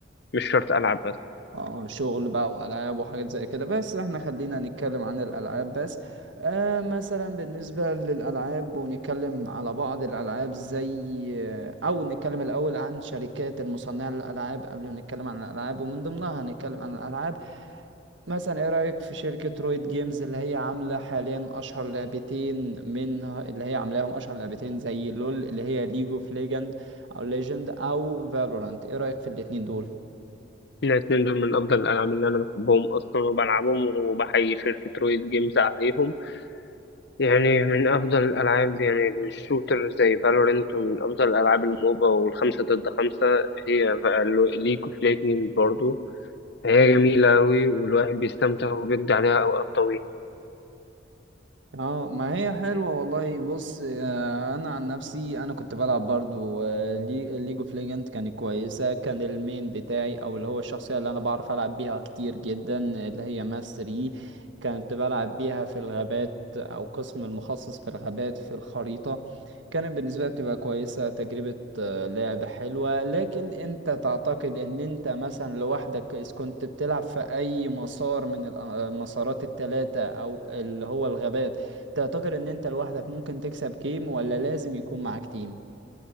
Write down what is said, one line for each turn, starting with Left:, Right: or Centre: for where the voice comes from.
Left: مش شرط ألعب بس
Right: اه شغل بقى والعاب وحاجات زي كده بس احنا خلينا نتكلم عن الالعاب بس آه مثلا بالنسبه للالعاب ونتكلم على بعض الالعاب زي آه، او نتكلم الاول عن شركات المصنعه للالعاب قبل ما نتكلم عن الالعاب ومن ضمنها هنتكلم عن الالعاب مثلا ايه رايك في شركه رويد جيمز اللي هي عامله حاليا اشهر لعبتين من اللي هي عاملاهم اشهر لعبتين زي لول اللي هي ليج اوف ليجند او ليجند او فالورانت ايه رايك في الاتنين دول
Left: الاتنين دول من أفضل الألعاب اللي أنا بحبهم أصلا وبلعبهم وبحيي شركة رويد جيمز عليهم يعني من أفضل الألعاب يعني الشوتر زي فالورنت ومن أفضل الألعاب الموبا والخمسة ضد خمسة هي ليج اوف ليجندز برضه هي جميلة أوي والواحد بيستمتع وبيقضي عليها أوقات طويلة
Right: اه ما هي حلوة والله بص آه، انا عن نفسي انا كنت بلعب برضو ليج اوف ليجند كانت كويسة كان المين بتاعي او اللي هو الشخصية اللي انا بعرف العب بيها كتير جدا اللي هي ماس 3 كنت بلعب بيها في الغابات او قسم المخصص في الغابات في الخريطة كانت بالنسبة لي بتبقى كويسة تجربة آه، لعب حلوة لكن انت تعتقد ان انت مثلا لوحدك اذا كنت بتلعب في اي مسار من الأ- المسارات التلاتة او اللي هو الغابات تعتقد ان انت لوحدك ممكن تكسب جيم ولا لازم يكون معاك تيم